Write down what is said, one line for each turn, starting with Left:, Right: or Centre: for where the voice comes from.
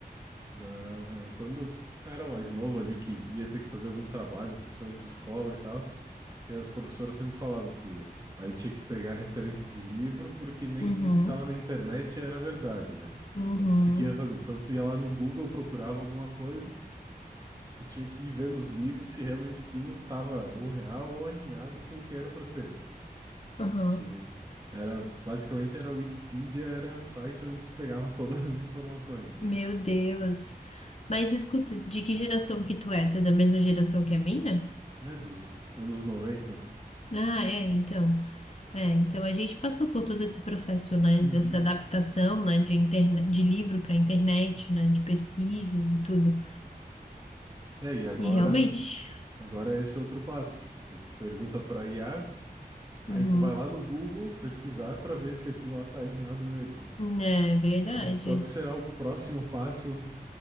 Right: na, quando eu era mais novo ali, que ia ter que fazer algum trabalho, principalmente de escola e tal, que as professoras sempre falavam que aí tinha que pegar referência de livro, porque nem
Left: Uhum,
Right: tudo que tava na internet era verdade, né?
Left: uhum,
Right: Tu não conseguia fazer. Então tu ia lá no Google, procurava alguma coisa, Tu tinha que ir ver nos livros se realmente aquilo tava ou real ou alinhado com o que era para ser.
Left: aham.
Right: Que era basicamente era a Wikipedia, era o site onde se pegava <laughs> todas as informações, né?
Left: Meu Deus. Mas escuta, de que geração que tu é? Tu é da mesma geração que a minha?
Right: É dos anos noventa
Left: Ah, é, então. É, então a gente passou por todo esse processo, né,
Right: Uhum.
Left: dessa adaptação, né, de internet, de livro para internet, né, de pesquisas e tudo.
Right: É, e agora,
Left: E realmente,
Right: agora é esse outro passo, tipo, tu pergunta para IA, aí
Left: uhum,
Right: tu vai lá no Google pesquisar para ver se aquilo lá tá alinhado mesmo, né?
Left: é verdade.
Right: Então, qual que será o próximo passo